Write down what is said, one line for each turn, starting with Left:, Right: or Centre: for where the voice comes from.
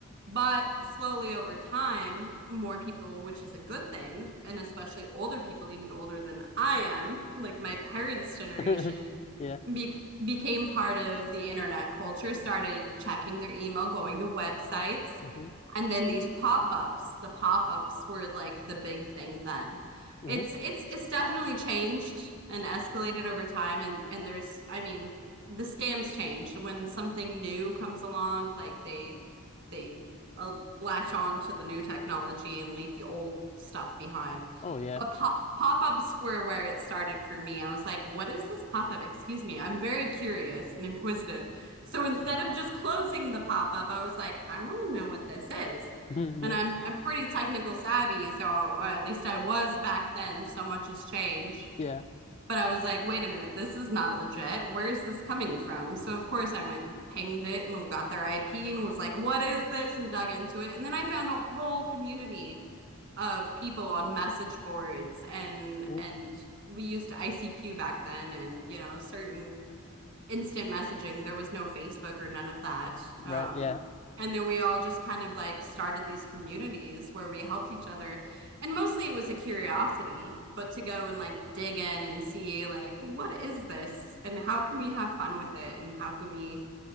Right: but slowly over time, more people, which is a good thing, and especially older people, even older than I am, like my parents' generation,
Left: <laughs> Yeah.
Right: be- became part of the internet culture, started checking their email, going to websites.
Left: hmm
Right: And then these pop-ups, the pop-ups were like the big thing then.
Left: hmm
Right: It's it's it's definitely changed and escalated over time and and there's I mean, the scams changed when something new comes along, like they they uh, latch on to the new technology and leave the old stuff behind.
Left: Oh yeah.
Right: But pop pop ups were where it started for me. I was like, what is this pop up? Excuse me. I'm very curious and inquisitive. So instead of just closing the pop up, I was like, I want to know what this is.
Left: <laughs>
Right: And
Left: Yeah.
Right: I'm I'm pretty technical savvy, so at least I was back then. So much has changed.
Left: Yeah.
Right: But I was like, wait a minute, this is not legit. Where's this coming from? So, of course, I went and pinged it and got their IP and was like, what is this? And dug into it. And then I found a whole community of people on message boards and
Left: Oh,
Right: and we used ICQ back then and you know certain instant messaging. There was no Facebook or none of that.
Left: right.
Right: Um,
Left: Yeah.
Right: and then we all just kind of like started these communities where we helped each other. And mostly it was a curiosity, but to go and like dig in and see like, what is this? And how can we have fun with it? And how can we,